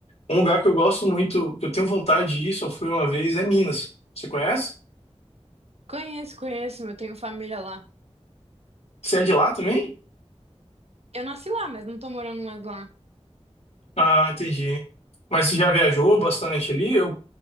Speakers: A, on the left; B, on the right.
A: Um lugar que eu gosto muito, que eu tenho vontade de ir, só fui uma vez, é Minas. Você conhece?
B: Conheço, conheço, eu tenho família lá.
A: Você é de lá também?
B: Eu nasci lá, mas não tô morando mais lá.
A: Ah, entendi. Mas você já viajou bastante ali? Eu,